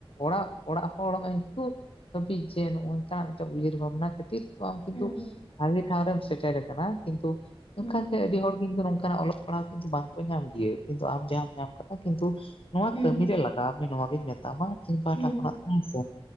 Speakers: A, on the left (about 70°); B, on the left (about 85°).
A: ᱚᱲᱟᱜ ᱚᱲᱟᱜ ᱦᱚᱲᱟᱜ ᱱᱤᱛᱚᱜ ᱦᱟᱹᱵᱤᱡ ᱡᱮ ᱱᱚᱜᱼᱚ ᱱᱚᱝᱠᱟᱱᱟᱜ ᱢᱤᱫᱴᱮᱱ ᱩᱭᱦᱟᱹᱨ ᱵᱷᱟᱵᱽᱱᱟ ᱠᱷᱟᱹᱛᱤᱨ ᱟᱢ ᱠᱤᱱᱛᱩ
B: ᱦᱩᱸ
A: ᱵᱷᱟᱜᱤ ᱴᱷᱟᱶ ᱨᱮᱢ ᱥᱮᱴᱮᱨ ᱟᱠᱟᱱᱟ ᱠᱤᱱᱛᱩ
B: ᱦᱩᱸ
A: ᱮᱱᱠᱷᱟᱱ ᱥᱮ ᱟᱹᱰᱤ ᱦᱚᱲ ᱱᱚᱝᱠᱟᱱᱟᱜ ᱚᱞᱚᱜ ᱯᱟᱲᱦᱟᱣ ᱠᱤᱱᱛᱩ ᱵᱟᱝ ᱠᱚ ᱧᱟᱢ ᱜᱮᱭᱟ ᱠᱤᱱᱛᱩ ᱟᱢ ᱡᱟᱦᱟᱸᱢ ᱧᱟᱢ ᱠᱮᱫᱟ ᱠᱤᱱᱛᱩ ᱱᱚᱶᱟ
B: ᱦᱩᱸ
A: ᱠᱟᱹᱢᱤ ᱨᱮ ᱞᱟᱜ ᱱᱚᱣᱟ ᱜᱤᱧ ᱢᱮᱛᱟᱢᱟ ᱤᱧ ᱯᱟᱦᱴᱟ
B: ᱦᱩᱸ
A: ᱠᱷᱚᱱᱟᱜ ᱦᱮᱸ ᱪᱮ